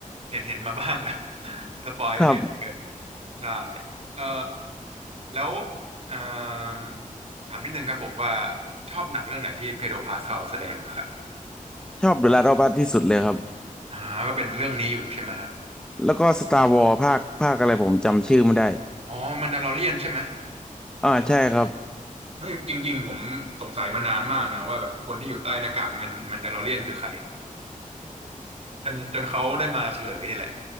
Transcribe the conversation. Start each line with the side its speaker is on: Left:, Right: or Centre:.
Right: เห็นเห็นมาบ้างแล้ว <laughs> สปอยกันเยอะเกิน
Centre: ครับ
Right: ใช่เออแล้วเอิ่มถามนิดนึงครับผมว่าชอบหนังเรื่องไหนที่เพโดรพาสคาลแสดงเรครับ
Centre: ชอบเดอะลาสต์อออัสที่สุดเลยครับ
Right: อ่าก็เป็นเรื่องนี้อยู่ใช่ไหมฮะ
Centre: แล้วก็สตาร์วอ s ภาคภาคอะไรผมจำชื่อไม่ได้
Right: อ๋อมันดา l อเรียนใช่ไหม
Centre: อ่าใช่ครับ
Right: เฮ้ยจริงๆผมสงสัยมานานมากนะว่าแบบคนที่อยู่ใต้หน้ากากมันมันดาลอเรียนคือใคร <laughs> จนจนเขาได้มาเฉลยนี่แหละ